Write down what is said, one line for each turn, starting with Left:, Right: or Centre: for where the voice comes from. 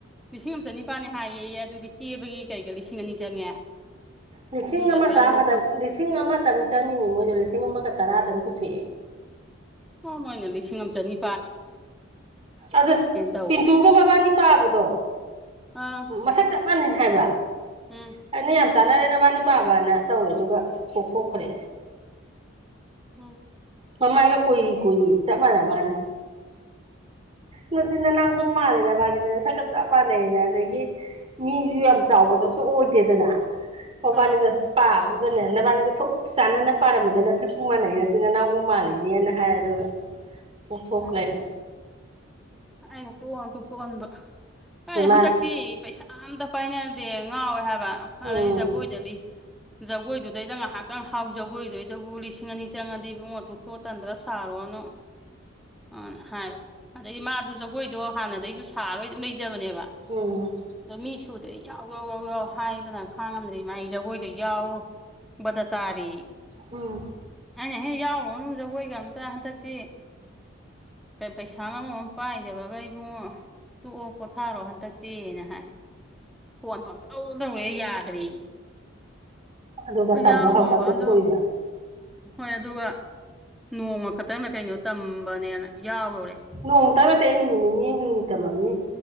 Centre: ꯂꯤꯁꯤꯡ ꯑꯃ ꯆꯅꯤꯄꯥꯜꯅꯦ ꯍꯥꯏꯌꯦ ꯑꯗꯨꯗꯤ ꯀꯦꯕꯒꯤ ꯀꯩꯀ ꯂꯤꯁꯤꯡ ꯑꯅꯤ ꯆꯪꯉꯦ
Right: ꯂꯤꯁꯤꯡ
Centre: ꯑꯗꯨꯗꯤ
Right: ꯑꯃ
Centre: ꯑꯗꯨ
Right: ꯆꯥꯝꯃꯗꯪ
Centre: ꯌꯥꯝꯅ ꯆꯪ
Right: ꯂꯤꯁꯤꯡ ꯑꯃꯇꯪ ꯆꯪꯉꯤꯅꯤ ꯃꯣꯏꯗꯣ ꯂꯤꯁꯤꯡ ꯑꯃꯒ ꯇꯔꯥꯗꯪ ꯊꯦꯛ
Centre: ꯃꯣꯏ ꯑꯣꯏꯅ ꯂꯤꯁꯤꯡ ꯑꯃ ꯆꯅꯤ
Right: ꯑꯗꯨ
Centre: ꯇꯧꯔꯦ
Right: ꯄꯤꯟꯇꯨꯒ ꯃꯕꯥꯅꯤ ꯄꯥꯕꯗꯣ
Centre: ꯑꯥ
Right: ꯃꯁꯛ ꯆ ꯆꯞ ꯃꯥꯟꯅꯩ ꯍꯥꯏꯕ
Centre: ꯎꯝ
Right: ꯑꯩꯅ ꯌꯥꯝ ꯆꯥꯟꯅꯔꯦ ꯅꯕꯥꯅꯤꯄꯥꯕꯅ ꯇꯧꯔꯦ ꯑꯗꯨꯒ ꯄꯈꯣ ꯈꯔ
Centre: ꯎꯝ
Right: ꯃꯃꯥꯏꯒ ꯀꯣꯏꯏꯔꯤ ꯀꯨꯏꯔꯤ ꯆꯞ ꯃꯥꯟꯅꯕꯅꯦ ꯅꯆꯤꯟ ꯅꯅꯥ ꯑꯗꯨꯝ ꯃꯥꯜꯜꯂꯤꯦꯅ ꯃꯥꯜꯂꯤꯗꯅ ꯁꯀꯠ ꯆꯞ ꯃꯥꯟꯅꯩꯅ ꯑꯗꯒꯤ ꯃꯤꯁꯨ ꯌꯥꯝ ꯆꯥꯎꯕꯁꯨ ꯑꯝꯇ ꯑꯣꯏꯗꯦꯗꯅ ꯃꯕꯥꯅꯤꯗ
Centre: ꯑꯥ
Right: ꯄꯥ ꯑꯗꯨꯗꯅꯦ ꯅꯕꯥꯅꯤꯁ ꯊꯣꯛ ꯆꯥꯅꯅ ꯄꯥꯔꯝꯕꯅꯤ ꯅ ꯁꯛꯄꯨ ꯃꯥꯟꯅꯩ ꯅꯠꯇꯣꯏꯅ ꯅꯅꯥꯎꯕꯨ ꯃꯥꯥꯟꯜꯂꯤꯅꯦꯅ ꯍꯥꯏ ꯑꯗꯨꯒ ꯄꯊꯣꯛꯈ
Centre: ꯑꯥ
Right: ꯂꯩ
Centre: ꯑꯩꯅ ꯇꯣꯛꯉꯇꯊꯣꯛꯍꯟꯕ ꯀꯥꯏ
Right: ꯃꯥꯅ
Centre: ꯍꯟꯗꯛꯇꯤ ꯄꯩꯁꯥ ꯑꯝꯇ ꯄꯥꯏꯅ ꯗꯦ ꯉꯥꯎꯋꯦ ꯍꯥꯏꯕ
Right: ꯎꯝ
Centre: ꯑꯗꯩ ꯖꯒꯣꯏꯗ ꯖꯒꯣꯏꯗꯨꯗꯩꯗ ꯉꯥꯏꯍꯥꯛꯇꯪ ꯍꯥꯎ ꯖꯒꯣꯏꯗ ꯑꯗꯨꯕꯨ ꯂꯤꯁꯤꯡ ꯑꯅꯤ ꯆꯪꯉꯗꯤ ꯏ ꯄꯕꯨꯡꯉꯣ ꯇꯣꯛꯊꯣꯛꯑꯇꯟꯗ꯭ꯔꯥ ꯁꯥꯔꯣꯅꯨ ꯑ ꯍꯥꯏꯕ ꯑꯗꯗꯒꯤ ꯃꯥꯗꯨ ꯖꯒꯣꯏꯗꯣ ꯍꯥꯟꯅꯗꯒꯤꯩꯁꯨ ꯁꯥꯔꯣꯏ ꯑꯗꯨꯝ ꯂꯩꯖꯕꯅꯦꯕ
Right: ꯎꯝ
Centre: ꯑꯗꯣ ꯃꯤ ꯁꯨ ꯁꯤꯗ ꯌꯥꯎ ꯌꯥꯎ ꯌꯥꯎ ꯌꯥꯎ ꯍꯥꯏꯕꯅ ꯈꯥꯡꯉꯝꯗꯦ ꯃꯥꯥꯏ ꯖꯒꯣꯏꯗꯣ ꯌꯥꯎꯕꯗ ꯇꯥꯔꯤ
Right: ꯎꯝ
Centre: ꯑꯅꯤ ꯍ ꯌꯥꯎꯅꯖꯒꯣꯏ ꯀꯝꯇ ꯍꯟꯗꯛꯇꯤ ꯄꯩꯁꯥ ꯉꯃ ꯄꯥꯏꯗꯕꯒ ꯑꯩꯕꯨꯡꯉ ꯇꯣꯛꯑꯣ ꯄꯣꯊꯥꯔꯣ ꯍꯟꯗꯛꯇꯦꯅ ꯍꯥꯏ ꯐꯣꯟ ꯐꯣ ꯑꯝꯇꯧ ꯇꯧꯋꯦ ꯌꯥꯗ꯭ꯔꯤ
Right: ꯑꯗꯨꯒ ꯇꯝꯕ
Centre: ꯌꯥꯎꯔꯣ
Right: ꯍꯧꯔꯀꯥꯟꯗ ꯇꯣꯛꯊꯣꯛꯏꯕ
Centre: ꯑꯗꯣ ꯍꯣꯏ ꯑꯗꯨꯒ ꯅꯣꯡꯃ ꯈꯛꯇꯪꯂ ꯀꯩꯅꯣ ꯇꯝꯕꯅꯦꯅ ꯌꯥꯎꯔꯨꯔꯦ
Right: ꯅꯣꯡ ꯇ ꯇꯅꯃꯤꯅꯤꯅꯤ ꯍ ꯃꯤꯅꯤꯇ ꯃꯃꯅꯤ